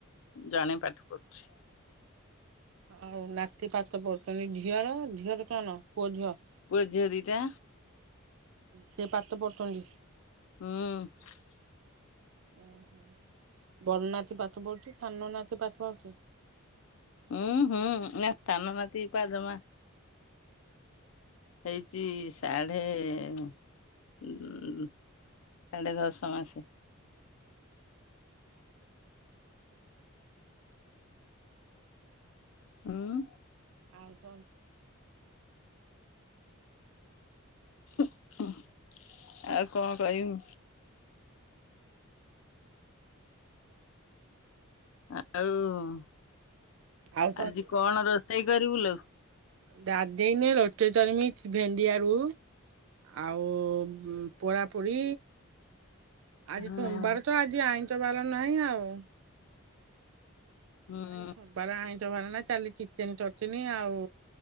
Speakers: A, on the left (about 65°); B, on the right (about 60°).
A: ଜଣେ ପାଠ ଅଛି।
B: ଆଉ ନାତି ପାଠ ପଡୁଛନ୍ତି ଝିଅର ଝିଅର କଣ ପୁଅ ଝିଅ?
A: ପୁଅ ଝିଅ ଦିଟା।
B: ସେ ପାଠ ପଢୁଛନ୍ତି।
A: ହୁଁ।
B: ଉୁଁ ହୁଁ। ବଡ଼ ନାତି ପାଠ ପଢୁଛି ଛାନ ନାତି ପାତ ପରଛି।
A: ଉଁ ହୁଁ ନା ସାନ ନାତି ପା ଜମା ହେଇଚି ସାଢେ ଉ ସାଢେ ଦଶ ମାସେ। ଉଁ।
B: ଆଉ କଣ?
A: ଉଁ ଆଉ କଣ କହିବୁ? ଆଉ
B: ଆଉ
A: ଆଜି କଣ ରୋଷେଇ କରିବୁ ଲୋ?
B: ଗାଦେଇନି ରୁଟି କରିମି ଭେଣ୍ଡି ଆଳୁ ଆଉ ଉଁ ପଢ଼ାପଢ଼ି। ଆଜି
A: ହୁଁ
B: ସୋମବାର ତ ଆଜି ଆଇଁଷ ବାର ନାହିଁ ଆଉ।
A: ହୁଁ
B: ଆଜି ସୋମବାର ଆଇଁଷ ବାର ନାହିଁ କାଲି ଚିକେନ ଚଟନୀ ଆଉ